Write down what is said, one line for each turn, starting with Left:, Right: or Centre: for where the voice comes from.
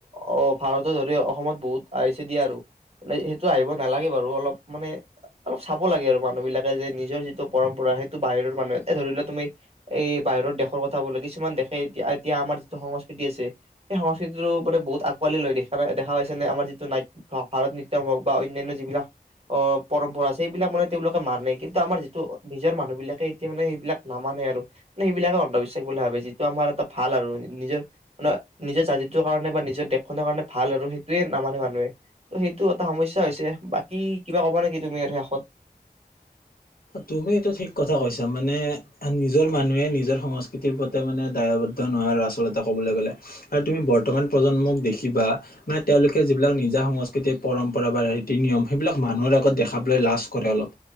Right: অ, ভাৰতত ধৰি অসমত বহুত আহিছে দিয়া আৰু। সেইটো আহিব নালাগে বাৰু অলপ মানে, অলপ চাব লাগে আৰু মানুহ বিলাকে যে নিজৰ যিটো পৰম্পৰা, সেইটো বাহিৰৰ মানুহে এই ধৰি লোৱা তুমি, এই বাহিৰৰ দেশৰ কথা কলো কিছুমান দেশে এতিয়া-এতিয়া আমাৰ যিটো সংস্কৃতি আছে, সেই সংস্কৃতিটো মানে বহুত আকোৱালি লৈ দেখা নাই? দেখা পাইছে নে? আমাৰ যিটো নাইট, ভাৰত নিট্যম হওক বা অন্যান্য যিবিলাক অহ পৰম্পৰা আছে, সেইবিলাক মানে তেওঁলোকে মানে, কিন্তু আমাৰ যিটো নিজৰ মানুহ বিলাকে এতিয়া মানে সেইবিলাক নামানে আৰু মানে সেইবিলাকে অন্ধবিশ্বাস বুলি ভাবে। যিটো আমাৰ এটা ভাল আৰু নিজৰ-নিজৰ জাতিটোৰ কাৰণে বা নিজৰ দেশখনৰ কাৰণে ভাল আৰু সেইটোয়ে নামানে মানুহে। ত সেইটো এটা সমস্যা হৈছে বাকী কিবা কবা নেকি তুমি আৰু শেষত?
Left: তুমি এইটো ঠিক কথা কৈছা। মানে নিজৰ মানুহে নিজৰ সংস্কৃতিৰ প্ৰতি মানে দায়বদ্ধ নোহোৱাৰ আচলতে কবলে গলে। আৰু তুমি বৰ্তমান প্ৰজন্মক দেখিবা, মানে তেওঁলোকে যিবিলাক নিজা সংস্কৃতিৰ পৰম্পৰা বা ৰীতি নিয়ম সেইবিলাক মানুহৰ আগত দেখাবলৈ লাজ কৰে অলপ।